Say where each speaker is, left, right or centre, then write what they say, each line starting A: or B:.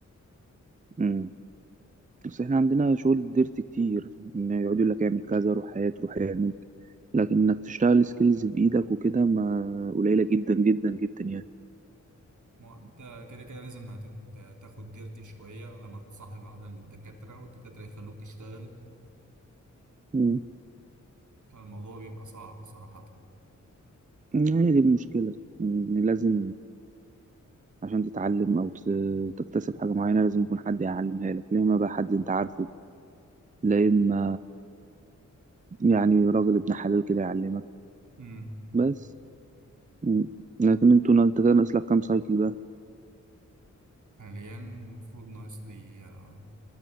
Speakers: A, on the right; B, on the right.
A: امم بس احنا عندنا شغل ديرت كتير إن يقعدوا يقول لك اعمل كذا روح هات روح اعمل لكن انك تشتغل سكيلز بايدك وكده ما قليلة جدا جدا جدا يعني
B: ما هو أنت كده كده لازم هتت... تاخد ديرتي شوية لما تتصاحب على الدكاترة والدكاترة يخلوك تشتغل
A: امم
B: الموضوع بيبقى صعب صراحة
A: هي دي المشكلة إن لازم عشان تتعلم او ت- تكتسب حاجه معينه لازم يكون حد يعلمها لك لا اما بقى حد انت عارفه لا اما يعني راجل ابن حلال كده يعلمك
B: امم
A: بس مم. لكن انتوا انت كان ناقص لك كام سايكل بقى
B: حاليا المفروض ناقص لي آه،